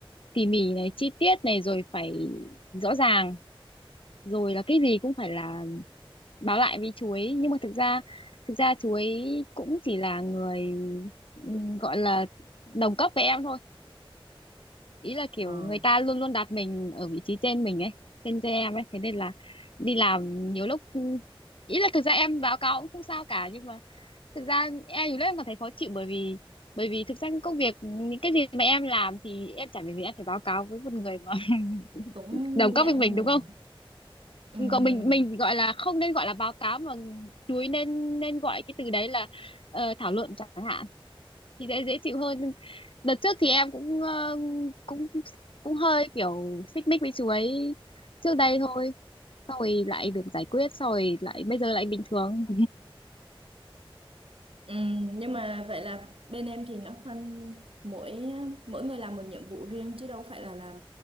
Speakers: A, on the left; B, on the right.
A: tỉ mỉ này chi tiết này rồi phải rõ ràng rồi là cái gì cũng phải là báo lại với chú ấy nhưng mà thực ra thực ra chú ấy cũng chỉ là người ừm, gọi là đồng cấp với em thôi ý là kiểu
B: ờ.
A: người ta luôn luôn đặt mình ở vị trí trên mình ấy trên trên em ấy thế nên là đi làm nhiều lúc ừ, ý là thực ra em báo cáo cũng không sao cả nhưng mà thực ra em nhiều lúc em cảm thấy khó chịu bởi vì bởi vì thực ra những công việc những cái gì mà em làm thì em chẳng việc gì em phải báo cáo với một người mà
B: cũng
A: <laughs> đồng cấp
B: dạng
A: với mình
B: như mình
A: đúng không
B: à Ừm,
A: gọi mình mình gọi là không nên gọi là báo cáo mà chuối nên nên gọi cái từ đấy là ờ, thảo luận chẳng hạn thì dễ dễ chịu hơn đợt trước thì em cũng ờ, cũng cũng hơi kiểu xích mích với chuối trước đây thôi Xong rồi lại được giải quyết xong rồi lại bây giờ lại bình thường
B: ừm, nhưng mà vậy là bên em thì nó phân mỗi mỗi người làm một nhiệm vụ riêng chứ đâu phải là làm